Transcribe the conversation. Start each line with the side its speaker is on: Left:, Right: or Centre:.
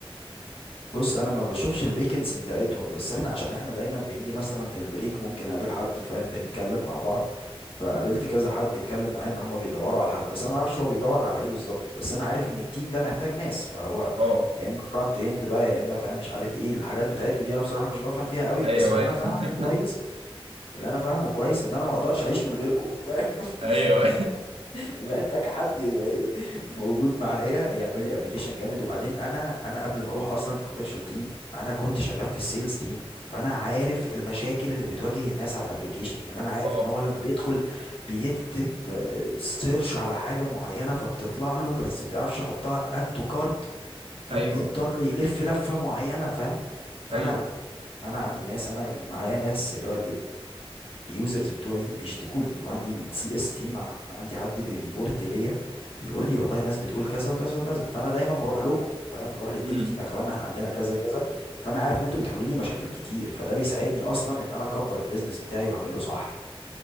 Left: بص انا ما بشوفش الفيكنسي بتاعتهم بس احنا عشان احنا دايما بنيجي مثلا في البريك ممكن اقابل حد فاهم بنتكلم مع بعض فقابلت كذا حد اتكلم معاه ان هم بيدوروا على حد بس انا ما اعرفش هو بيدور على ايه بالظبط بس انا عارف ان التيم ده محتاج ناس فهو
Right: اه
Left: يا اما فرونت اند بقى يا اما فاهم مش عارف ايه الحاجات بتاعتكم دي انا بصراحة مش بفهم فيها قوي
Right: ايوه
Left: بس اللي
Right: ايوه <laughs>
Left: انا فاهمه كويس اللي انا فاهمه كويس ان انا ما اقدرش اعيش من غيركم فاهم <laughs>
Right: ايوه
Left: انا محتاج حد يبقى ايه موجود معايا يعمل لي ابلكيشن جامد وبعدين انا انا قبل ما اروح اصلا الكوميرشال تيم انا كنت شغال في السيلز تيم فانا عارف المشاكل اللي بتواجه الناس على الابلكيشن يعني انا عارف
Right: اه
Left: ان هو لما بيدخل بيكتب سيرش على حاجه معينه فبتطلع له بس ما بيعرفش يحطها اد تو كارت فبيضطر
Right: ايوه
Left: يلف لفه معينه فاهم فانا
Right: ايوه
Left: انا عندي ناس انا معايا ناس اللي هو اليوزرز بتوعي بيشتكوا لي وعندي السي اس تيم عندي حد بيريبورت ليا بيقول لي والله الناس بتقول كذا وكذا وكذا فانا دايما بروح لكم فاهم بروح للتك
Right: امم
Left: تيم يا اخوان احنا عندنا كذا كذا فانا عارف ان انتوا بتحلوا لي مشاكل كتير فده بيساعدني اصلا ان انا اكبر البيزنس بتاعي واعمله صح